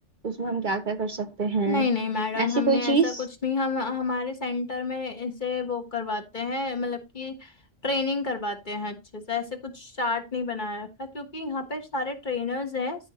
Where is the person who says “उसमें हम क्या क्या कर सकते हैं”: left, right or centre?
Right